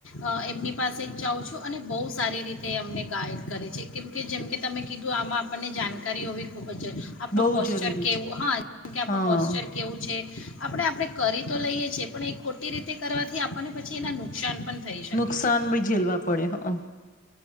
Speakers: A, on the left; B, on the left.
A: અ એમની પાસે જ જાઉં છું અને બહુ સારી રીતે અમને ગાઈડ કરે છે. કેમ કે જેમ કે તમે કીધું આમાં આપણને જાનકારી હોવી ખૂબ બચે. આપડો
B: બહુ
A: પોસ્ચર
B: જરૂરી
A: કેવું
B: છે
A: હા, કે આપડો
B: હા
A: પોસ્ચર કેવું છે આપડે આપડે કરી તો લઈએ છીએ, પણ એ ખોટી રીતે કરવાથી આપણને પછી એના નુકસાન પણ થઈ શકે
B: નુકસાન
A: છે
B: ભી ઝેલવા પડે. હક.